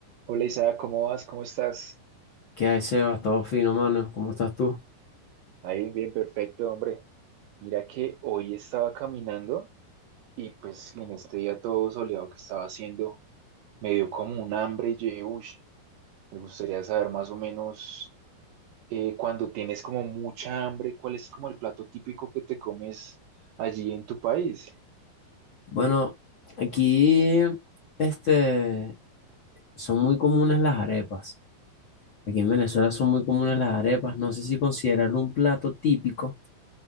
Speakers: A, on the right; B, on the left.
A: Hola Isa, ¿cómo vas? ¿Cómo estás?
B: ¿Qué hay, Sebas? Todo fino, mano. ¿Cómo estás tú?
A: Ahí, bien, perfecto, hombre. Mira que hoy estaba caminando y pues en este día todo soleado que estaba haciendo, me dio como un hambre y yo dije, uy, me gustaría saber más o menos eh, cuando tienes como mucha hambre, ¿cuál es como el plato típico que te comes allí en tu país?
B: Bueno, aquí, este, son muy comunes las arepas. Aquí en Venezuela son muy comunes las arepas. No sé si considerarlo un plato típico,